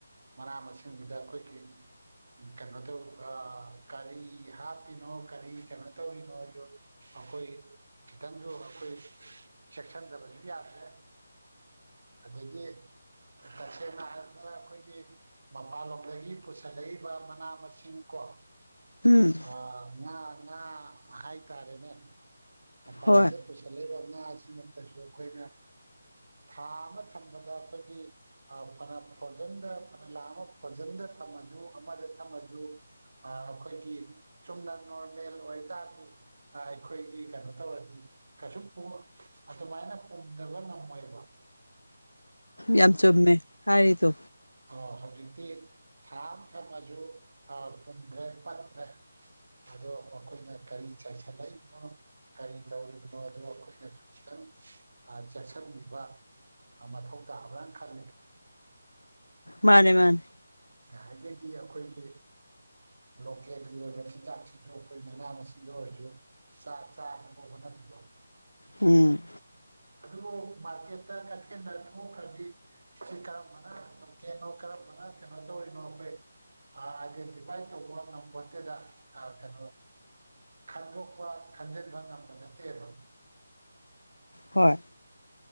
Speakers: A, on the right (about 55°); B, on the left (about 80°).
A: ꯃꯅꯥ ꯃꯁꯤꯡꯁꯤꯗꯨꯗ ꯑꯩꯈꯣꯏꯒꯤ ꯀꯩꯅꯣ ꯇꯧ ꯀꯔꯤ ꯍꯥꯞꯄꯤꯅꯣ ꯀꯔꯤ ꯀꯩꯅꯣ ꯇꯧꯔꯤꯅꯣꯗꯣ ꯑꯩꯈꯣꯏ ꯈꯤꯇꯪꯁꯨ ꯑꯩꯈꯣꯏ ꯆꯦꯛꯁꯤꯟꯗꯕꯁꯨ ꯌꯥꯗ꯭ꯔꯦ ꯑꯗꯨꯇꯩꯗꯒꯤ ꯇꯁꯦꯡꯅ ꯍꯥꯏꯔꯕꯗ ꯑꯩꯈꯣꯏꯒꯤ ꯃꯄꯥꯟꯂꯣꯝꯗꯒꯤ ꯄꯨꯁꯤꯜꯂꯛꯏꯕ ꯃꯅꯥ ꯃꯁꯤꯡ ꯀꯣ
B: ꯎꯝ
A: ꯑ ꯉ ꯉ ꯍꯥꯏ ꯇꯥꯔꯦꯅꯦ ꯃꯄꯥꯜ
B: ꯍꯣꯏ
A: ꯂꯝꯗ ꯄꯨꯁꯤꯜꯂꯛꯏꯕ ꯉꯥ ꯑꯁꯤꯃꯛꯇꯁꯨ ꯑꯩꯈꯣꯏꯅ ꯊꯥ ꯑꯃ ꯊꯝꯕꯗ ꯑꯩꯈꯣꯏꯒꯤ ꯐꯅ ꯐꯣꯟꯖꯤꯟꯗ ꯐꯅ ꯂꯥꯑ ꯑꯃ ꯐꯣꯟꯖꯤꯟꯗ ꯊꯝꯃꯁꯨ ꯑꯃꯗ ꯊꯝꯃꯁꯨ ꯑꯩꯈꯣꯏꯒꯤ ꯆꯨꯝꯅ ꯅꯣꯔꯃꯦꯜ ꯑꯣꯏꯇꯥꯔꯗꯤ ꯑꯥ ꯑꯩꯈꯣꯏ ꯀ ꯀ ꯇꯧꯔꯗꯤ ꯀꯩꯁꯨ ꯑꯗꯨꯃꯥꯏꯅ ꯄꯨꯝꯗꯕ ꯉꯝꯃꯣꯏꯕ
B: ꯌꯥꯝ ꯆꯨꯝꯃꯦ ꯍꯥꯏꯔꯤꯗꯣ
A: ꯑ ꯍꯧꯖꯤꯛꯇꯤ ꯊꯥ ꯑꯃ ꯊꯝꯃꯁꯨ ꯄꯨꯝꯈ꯭ꯔꯦ ꯄꯠꯇ꯭ꯔꯦ ꯑꯗ ꯑꯩꯈꯣꯏꯅ ꯀꯔꯤ ꯆꯥ ꯆꯥ ꯂꯩꯅ ꯀꯔꯤ ꯇꯧꯔꯤꯕꯅꯣ ꯑꯣ ꯑꯩꯈꯣꯏꯅꯁꯨ ꯈꯤꯇꯪ ꯆꯦꯛꯁꯤꯟꯕꯤꯕ ꯃꯊꯧ ꯇꯥꯕ꯭ꯔꯅ ꯈꯜꯂꯦꯗ
B: ꯃꯥꯅꯦ ꯃꯥꯅꯦ
A: ꯌꯥꯔꯤꯈꯩꯗꯤ ꯑꯩꯈꯣꯏꯒꯤ ꯂꯣꯀꯦꯜꯒꯤ ꯑꯣꯏꯕ ꯆꯤꯟꯖꯥꯛꯁꯤꯡꯁꯨ ꯑꯩꯈꯣꯏ ꯃꯅꯥ ꯃꯁꯤꯡ ꯑꯣꯏꯔꯁꯨ ꯆ ꯆꯥꯅꯕ ꯍꯣꯠꯅꯕꯤꯕ
B: ꯎꯝ
A: ꯑꯗꯨꯕꯨ ꯃꯥꯔꯀꯦꯠꯇ ꯀꯩꯊꯦꯜꯗ ꯊꯣꯛꯈ꯭ꯔꯗꯤ ꯁꯤꯁ ꯀꯔꯝꯕꯅꯣꯀꯅꯣ ꯀꯔꯝꯕꯅ ꯀꯩꯅꯣ ꯇꯧꯔꯤꯅꯣ ꯑꯩꯈꯣꯏ ꯍꯥꯏꯗꯤ ꯐꯥꯏꯅ ꯇꯧꯕ ꯅꯪ ꯐꯣꯟꯠꯇꯗ ꯀꯩꯅꯣ ꯈꯟꯗꯣꯛꯄ ꯈꯟꯖꯤꯟꯕ ꯉꯝꯕ ꯅꯠꯇꯦꯕ
B: ꯍꯣꯏ